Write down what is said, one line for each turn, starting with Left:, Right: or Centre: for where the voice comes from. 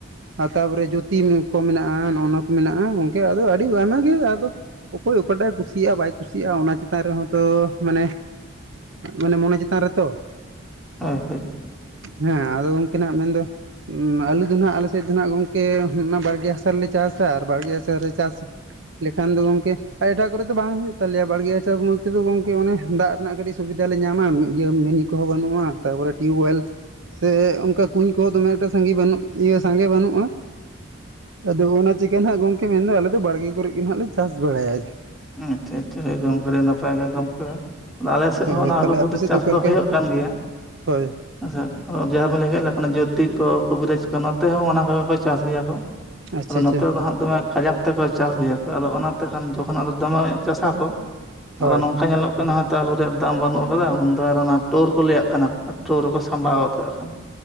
Right: ᱟᱨ ᱛᱟᱨᱯᱚᱨᱮ ᱡᱩᱛᱤ ᱠᱚ ᱢᱮᱱᱟᱜ-ᱟ, ᱱᱚᱜ-ᱚ ᱱᱚᱶᱟ ᱠᱚ ᱢᱮᱱᱟᱜ-ᱟ ᱾ ᱜᱚᱝᱠᱮ ᱟᱫᱚ ᱟᱹᱰᱤ ᱟᱭᱢᱟ ᱜᱮ ᱟᱫᱚᱼᱼ ᱚᱠᱚᱭ ᱚᱠᱟᱴᱟᱜ ᱮ ᱠᱩᱥᱤᱭᱟᱜ-ᱟ ᱵᱟᱭ ᱠᱩᱥᱤᱭᱟᱜ-ᱟ ᱚᱱᱟ ᱪᱮᱛᱟᱱ ᱨᱮᱦᱚᱸ ᱛᱚ ᱢᱟᱱᱮ ᱢᱟᱱᱮ ᱢᱚᱱᱮ ᱪᱮᱛᱟᱱ ᱨᱮ ᱛᱚ ᱾
Centre: ᱦᱚᱭ ᱦᱚᱭ ᱾
Right: ᱦᱮᱸ, ᱟᱫᱚ ᱜᱚᱝᱠᱮ ᱱᱟᱦᱟᱸᱜ ᱢᱮᱱ ᱫᱚ ᱩᱢ, ᱟᱞᱩ ᱫᱚ ᱱᱟᱦᱟᱸᱜ ᱟᱞᱮ ᱥᱮᱡ ᱫᱚ ᱦᱟᱸᱜ ᱜᱚᱝᱠᱮ ᱦᱚᱸᱜ-ᱚ ᱱᱟ ᱵᱟᱲᱜᱮ ᱦᱟᱥᱟ ᱨᱮᱞᱮ ᱪᱟᱥᱟ ᱟᱨ ᱵᱟᱲᱜᱮ ᱦᱟᱥᱟ ᱨᱮ ᱪᱟᱥ ᱞᱮᱠᱷᱟᱱ ᱫᱚ ᱜᱚᱝᱠᱮ ᱟᱨ ᱮᱴᱟᱜ ᱠᱚᱨᱮ ᱫᱚ ᱵᱟᱝ ᱦᱩᱭᱩᱜ ᱛᱟᱞᱮᱭᱟ ᱾ ᱵᱟᱲᱜᱮ ᱟᱪᱟᱨ ᱵᱩᱞᱛᱮ ᱫᱚ ᱜᱚᱝᱠᱮ ᱚᱱᱮ ᱫᱟᱜ ᱨᱮᱱᱟᱜ ᱠᱟᱹᱴᱤᱡ ᱥᱩᱵᱤᱫᱟ ᱞᱮ ᱧᱟᱢᱟ ᱾ ᱩᱢ ᱤᱭᱟᱹ ᱢᱤᱱᱤ ᱠᱚᱦᱚᱸ ᱵᱟᱹᱱᱩᱜ-ᱟ ᱛᱟᱨᱯᱚᱨᱮ ᱴᱤᱭᱩᱵᱽᱭᱮᱞ ᱥᱮ ᱚᱱᱠᱟ ᱠᱩᱧ ᱠᱚᱦᱚᱸ ᱫᱚᱢᱮ ᱮᱠᱴᱟ ᱥᱟᱸᱜᱮ ᱵᱟᱹᱱᱩᱜ, ᱤᱭᱟᱹ ᱥᱟᱸᱜᱮ ᱵᱟᱹᱱᱩᱜᱼᱟ ᱾ ᱟᱫᱚ ᱚᱱᱟ ᱪᱤᱠᱟᱹ ᱦᱟᱜ ᱜᱚᱝᱠᱮ ᱢᱮᱱ ᱫᱚ ᱟᱞᱮ ᱫᱚ ᱵᱟᱲᱜᱮ ᱠᱚᱨᱮ ᱜᱮ ᱦᱟᱜ ᱞᱮ ᱪᱟᱥ ᱵᱟᱲᱟᱭᱼᱟ ᱾
Centre: ᱟᱪᱪᱷᱟ ᱟᱪᱪᱷᱟ, ᱦᱳᱭ <unintelligible> ᱱᱟᱯᱟᱭ ᱜᱮ ᱜᱚᱝᱠᱮ ᱾ ᱟᱫᱚ ᱟᱞᱮ ᱥᱮᱫ
Right: ᱦᱳᱭ
Centre: ᱦᱚ ᱚᱱᱟ
Right: ᱛᱟᱦᱚᱞᱮ
Centre: ᱟᱞᱩ ᱠᱚᱫᱚ
Right: ᱟᱯᱮ ᱥᱮᱫ
Centre: ᱪᱟᱥ
Right: ᱚᱠᱟ
Centre: ᱫᱚ
Right: ᱞᱮᱠᱟ
Centre: ᱦᱩᱭᱩᱜ ᱠᱟᱱ ᱜᱮᱭᱟ ᱾
Right: ᱦᱳᱭ
Centre: ᱦᱮᱸ ᱥᱮ, ᱟᱫᱚ ᱡᱟᱦᱟ ᱵᱤᱱ ᱞᱟᱹᱭ ᱠᱮᱫ <unintelligible> ᱡᱟᱹᱛᱤ ᱠᱚ ᱠᱩᱵᱤᱨᱡᱽ ᱠᱚ ᱱᱚᱛᱮ ᱦᱚᱸ ᱚᱱᱟ ᱠᱚ ᱜᱮ ᱠᱚ ᱪᱟᱥ ᱜᱮᱭᱟ ᱠᱚ ᱾
Right: ᱟᱪᱪᱷᱟ
Centre: ᱟᱫᱚ ᱱᱚᱛᱮ
Right: ᱟᱪᱪᱷᱟ
Centre: ᱫᱚ ᱦᱟᱸᱜ ᱫᱚᱢᱮ ᱠᱟᱡᱟᱠ ᱛᱮᱠᱚ ᱪᱟᱥ ᱜᱮᱭᱟ ᱠᱚ, ᱟᱫᱚ ᱚᱱᱟᱛᱮ ᱠᱷᱟᱱ ᱡᱚᱠᱷ ᱚᱱ ᱦᱟᱜ ᱫᱚᱢᱮ ᱪᱟᱥ ᱟᱠᱚ
Right: ᱦᱳᱭ
Centre: ᱟᱫᱚ ᱱᱚᱝᱠᱟ ᱧᱮᱞᱚᱜ ᱠᱟᱱᱟ ᱟᱹᱞᱩ ᱨᱮᱭᱟᱜ ᱫᱟᱢ ᱵᱟᱹᱱᱩᱜ ᱟᱠᱟᱫᱟ, ᱩᱱᱫᱚ ᱟᱨ ᱚᱱᱟ ᱴᱳᱨ ᱠᱚ ᱞᱟᱹᱭᱟᱜ ᱠᱟᱱᱟ, ᱴᱳᱨ ᱨᱮᱠᱚ ᱥᱟᱢᱵᱟᱣ ᱜᱚᱫ ᱠᱟᱜ-ᱟ ᱠᱷᱟᱱ ᱾